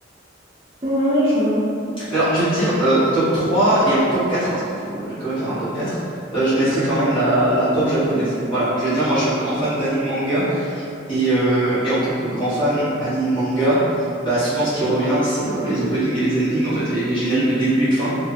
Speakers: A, on the right (about 20°); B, on the left (about 25°).
A: Oui, je vois.
B: Mais alors, je vais te dire, euh, top 3 et en top 4 parce que faut, je vais quand même faire un top quatre euh, je mettrai quand même la, la pop japonaise. Voilà, je vais te dire, moi je suis un grand fan d'anime manga, et, euh, et en tant que grand fan anime manga, bah, souvent ce qui revient, c'est euh, les openings et les endings, en fait, les, les génériques de début et de fin.